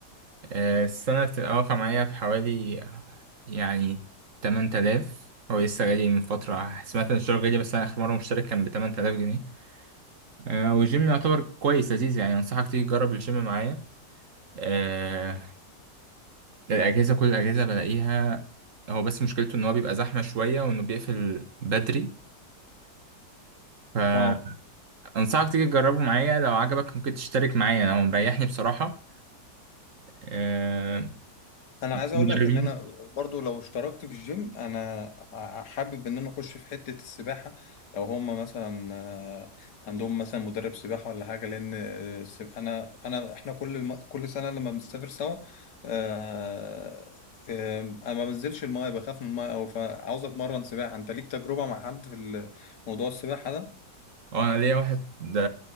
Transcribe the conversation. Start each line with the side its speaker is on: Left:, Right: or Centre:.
Right: آه، السنة بتبقى واقفة معايا في حوالي آه، يعني 8000 هو لسه غالي من فترة سمعت ان الشغل غالي بس انا اخر مرة مشترك كان ب 8000 جنيه آه، والجيم يعتبر كويس لذيذ يعني انصحك تيجي تجرب الجيم معايا آه، الاجهزة كل الاجهزة بلاقيها هو بس مشكلته ان هو بيبقى زحمة شوية وانه بيقفل بدري فانصحك
Left: اه
Right: تيجي تجربه معايا لو عجبك ممكن تشترك معايا هو مريحني بصراحة آه،
Left: انا عايز اقول
Right: مدربين
Left: لك ان انا برضو لو اشتركت في الجيم انا حابب ان انا اخش في حتة السباحة لو هم مثلا آه، عندهم مثلا مدرب سباحة ولا حاجة لان آه، السب- انا انا احنا كل الم... كل سنة لما بنسافر سوا آه، آه، انا ما بنزلش المايه بخاف من المايه او فعاوز اتمرن سباحة انت ليك تجربة مع حد في ال- موضوع السباحة ده؟
Right: اه انا ليا واحد ده